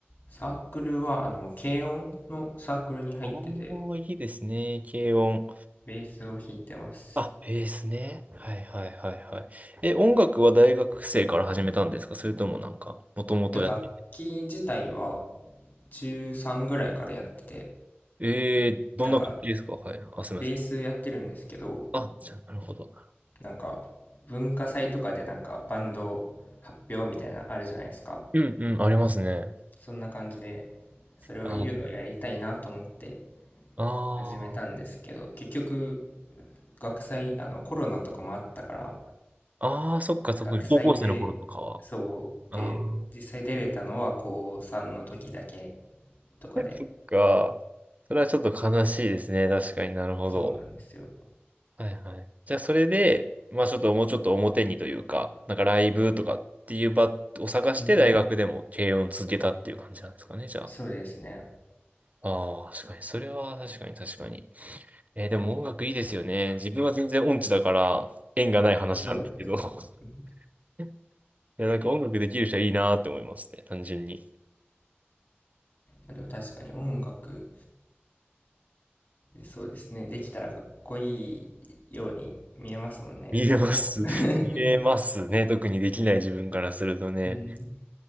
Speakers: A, on the left; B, on the right.
A: サークルはあの、軽音のサークルに入ってて、
B: ああ、いいですね。軽音。
A: ベースを弾いてます。
B: あ、ベースね。はいはいはいはい。え、音楽は大学生から始めたんですかそれともなんか、もともとやってて。
A: え、楽器自体は中3ぐらいからやってて、
B: えーどんな楽器ですかはい。
A: なんか
B: あ、すみません。
A: ベースやってるんですけど、
B: あ、じゃあ、なるほど。
A: なんか文化祭とかでなんかバンド発表みたいなのあるじゃないですか。
B: うんうん、ありますね。
A: そんな感じで、それを言うのをやりたいなと思って
B: ああ、あー
A: 始めたんですけど、結局、学祭、あの、コロナとかもあったから、
B: あー、そっかそっか。
A: 学祭で、
B: 高校生の頃とかは。
A: そう、
B: ああ。
A: で、実際出れたのは高3の時だけとかで、
B: <laughs> そっか。それはちょっと悲しいですね。確かになるほど。
A: そうなんですよ。
B: はいはい。じゃあそれで、まあちょっともうちょっと表にというか、なんかライブとかっていう場を探して大学でも軽音を続けたっていう感じなんですかね、
A: うん。
B: じゃあ。
A: そうですね。
B: ああ、確かに。それは確かに確かに。えーでも音楽いいですよね。自分は全然音痴だから縁がない話なんですけど。
A: ね、そうなんですか。
B: <laughs>
A: うん。ま
B: いや、なんか音楽できる人はいいなって思いますね。単純に。
A: あでも確かに音楽、そうですね。できたらかっこいいように見えますもんね、
B: 見えます。
A: 結構。<laughs>
B: <laughs> 見えますね。特にできない自分からするとね。
A: うん。